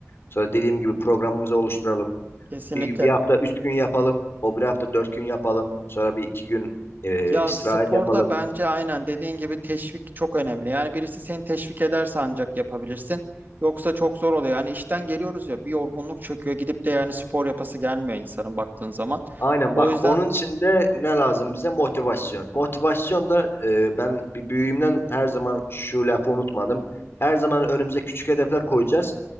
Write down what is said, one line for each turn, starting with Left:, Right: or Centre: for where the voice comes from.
Left: Sonra dediğim gibi programımızı oluşturalım.
Right: Kesinlikle.
Left: Bir, bir hafta üç gün yapalım. O bir hafta dört gün yapalım. Sonra bir iki gün e,
Right: Ya
Left: istirahat
Right: sporda
Left: yapalım.
Right: bence aynen dediğin gibi teşvik çok önemli. Yani birisi seni teşvik ederse ancak yapabilirsin. Yoksa çok zor oluyor. Yani işten geliyoruz ya bir yorgunluk çöküyor gidip de yani spor yapası gelmiyor insanın baktığın zaman.
Left: Aynen
Right: O
Left: bak
Right: yüzden
Left: onun için de ne lazım bize? Motivasyon. Motivasyon da e, ben bir büyüğümden her zaman şu lafı unutmadım. Her zaman önümüze küçük hedefler koyacağız.